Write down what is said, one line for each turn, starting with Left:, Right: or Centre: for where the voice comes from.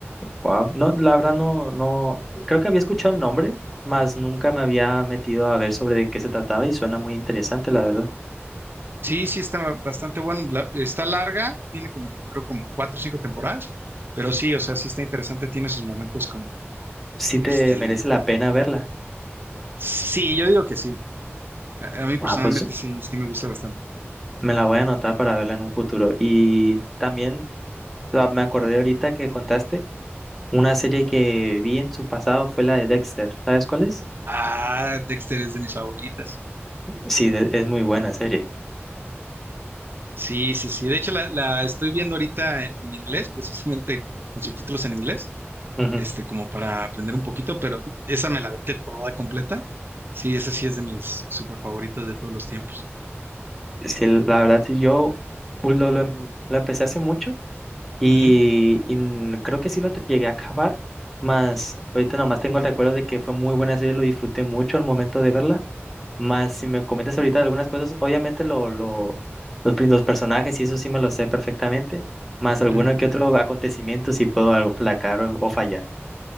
Centre: Wow. No, la verdad no, no, creo que había escuchado el nombre, mas nunca me había metido a ver sobre de qué se trataba y suena muy interesante, la verdad.
Right: Sí, sí, está bastante bueno, la- está larga, tiene como, creo como cuatro o cinco temporadas, pero sí, o sea, sí está interesante, tiene sus momentos como,
Centre: Sí te
Right: este,
Centre: merece la pena verla.
Right: sí, yo digo que sí, a, a mí personalmente
Centre: Ah, pues
Right: sí, sí me gusta bastante.
Centre: me la voy a anotar para verla en un futuro. Y también ah, me acordé ahorita que contaste una serie que vi en su pasado fue la de Dexter. ¿Sabes cuál es?
Right: Ah, Dexter es de mis favoritas.
Centre: Sí, de- es muy buena serie.
Right: Sí, sí, sí. De hecho, la, la estoy viendo ahorita en inglés, precisamente con subtítulos en inglés,
Centre: Ujú.
Right: este, como para aprender un poquito, pero esa me la aventé toda completa. Sí, esa sí es de mis super favoritas de todos los tiempos.
Centre: Sí, la verdad, sí, yo lo, lo em- lo empecé hace mucho. Y,
Right: Ujú,
Centre: y n- creo que sí lo te- llegué a acabar, más ahorita nomás tengo el recuerdo de que fue muy buena serie, lo disfruté mucho al momento de verla. Más si me comentas ahorita algunas cosas, obviamente lo, lo, los, pri- los personajes y eso sí me lo sé perfectamente, más alguno
Right: ujú.
Centre: que otro acontecimiento si puedo algo placar o, o fallar.